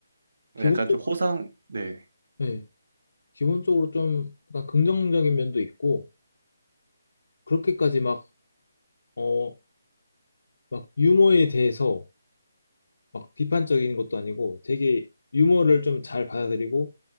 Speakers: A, on the left; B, on the right.
A: 기본적으로,
B: 약간 좀 호상 네.
A: 네, 기본적으로 좀 약간 긍정적인 면도 있고, 그렇게까지 막, 어, 막 유머에 대해서 막 비판적인 것도 아니고 되게 유머를 좀 잘 받아들이고